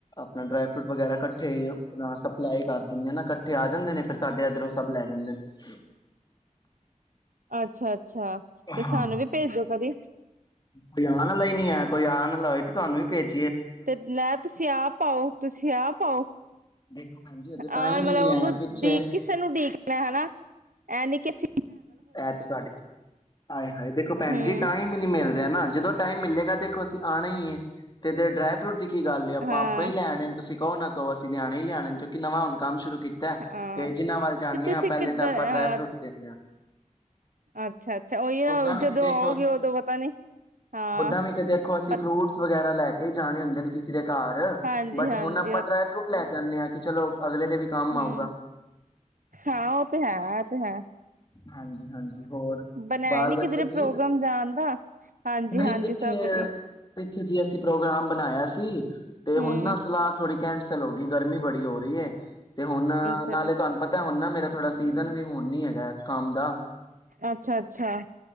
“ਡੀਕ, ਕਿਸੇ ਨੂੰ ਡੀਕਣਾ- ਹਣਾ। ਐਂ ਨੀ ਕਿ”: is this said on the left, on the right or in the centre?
Right